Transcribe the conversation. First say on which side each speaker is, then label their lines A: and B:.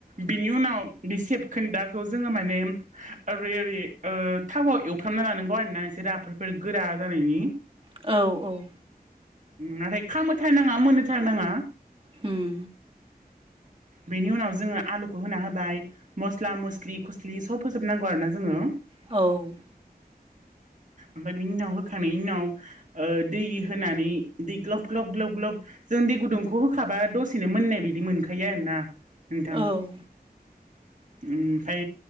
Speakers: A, on the right; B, on the right.
A: बिनि उनाव बे सेबखोन्दाखौ जोङो माने ओरै ओरै ओ थावाव एवफ्रामना लानांगौ आरोना एसे राफोदफोर गोरा जानायनि
B: औ औ
A: नाथाय खामोथारनाङा मोनोथारनाङा
B: ओम
A: बेनि उनाव जोङो आलुखौ होना होबाय मस्ला मस्लि खुस स्लि सब होजोबनांगौ आरो ना जोङो।
B: औ
A: ओमफाय बिनि उनाव होखांनायनि उनाव ओ दै होनानै दै ग्लब ग्लब ग्लब जों दै गुदुंखौ होखाबा दस दसेनो मोननाय बायदि मोनखायो आरोना नोंथां।
B: औ
A: ओमफाय